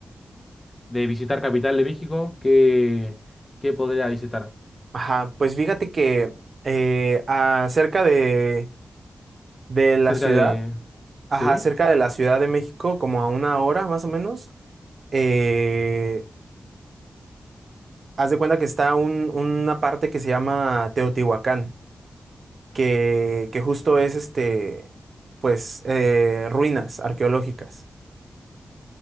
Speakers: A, on the left; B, on the right.
A: de visitar Capital de México, ¿qué, qué podría visitar?
B: Ajá, pues fíjate que eh, a- de, de la
A: Cerca
B: ciudad,
A: de...
B: ajá,
A: ¿Sí?
B: cerca de la Ciudad de México, como a una hora más o menos, eh, haz de cuenta que está un- una parte que se llama Teotihuacán, que, que justo es este, pues, eh, ruinas arqueológicas.